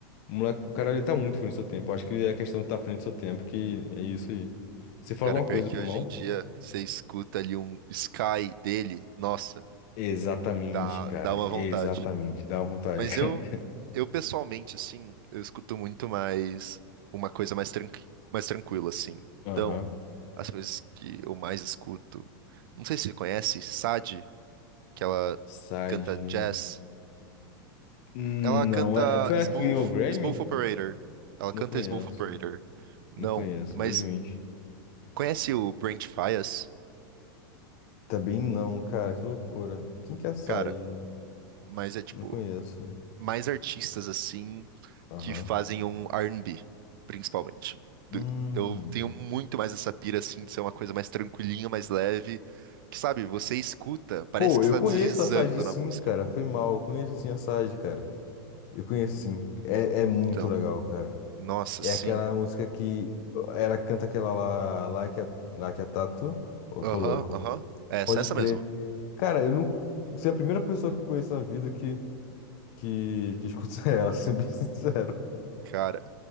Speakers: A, on the left; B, on the right.
A: O moleque, o cara, ele tá muito à frente do seu tempo. Eu acho que é a questão de estar tá à frente do seu tempo, que é isso aí. Você falou
B: cara,
A: alguma
B: pior
A: coisa,
B: que
A: foi
B: hoje
A: mal?
B: em dia você escuta ali um Sky dele, nossa,
A: Exatamente,
B: dá,
A: cara.
B: dá uma
A: Exatamente.
B: vontade.
A: Dá uma vontade,
B: Mas
A: <laughs> cara.
B: eu, eu pessoalmente, assim, eu escuto muito mais uma coisa mais, tranqui mais tranquila, assim.
A: Aham.
B: Então, as coisas que eu mais escuto, não sei se você conhece, Sade, que ela
A: Sage.
B: canta jazz.
A: Não,
B: Ela canta
A: é- foi ela
B: Smooth,
A: que ganhou o Grammy?
B: Smooth Operator. Ela
A: Não
B: canta
A: conheço.
B: Smooth Operator. Não,
A: Não conheço,
B: mas
A: infelizmente.
B: conhece o Brent Faiyaz?
A: Também não, cara. Que loucura. Quem que é a Sage?
B: Cara, mas é tipo,
A: Não conheço.
B: mais artistas assim
A: Aham.
B: que fazem um R e b, principalmente. Do-
A: Hum.
B: Eu tenho muito mais essa pira assim de ser uma coisa mais tranquilinha, mais leve, que sabe, você escuta, parece
A: Pô,
B: que
A: eu
B: está
A: conheço
B: deslizando
A: a Sage sim,
B: na música.
A: cara. Foi mal. Eu conheço sim a Sage, cara. Eu conheço sim. É, é muito
B: Então,
A: legal, cara.
B: nossa,
A: É
B: sim.
A: aquela música que ela canta aquela lá, Like a, Like a Tattoo, ou Tô
B: Aham,
A: Louco?
B: aham. Essa,
A: Pode
B: essa
A: crer.
B: mesmo.
A: Cara, eu não. Você é a primeira pessoa que eu conheço na vida que, que, que escuta <laughs> ela, sendo bem sincero.
B: Cara,